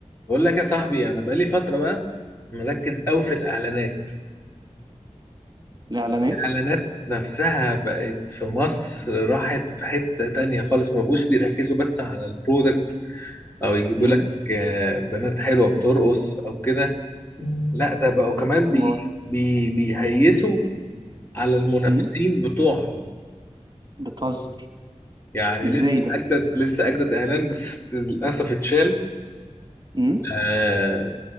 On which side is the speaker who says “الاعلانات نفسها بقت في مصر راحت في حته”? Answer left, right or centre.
Left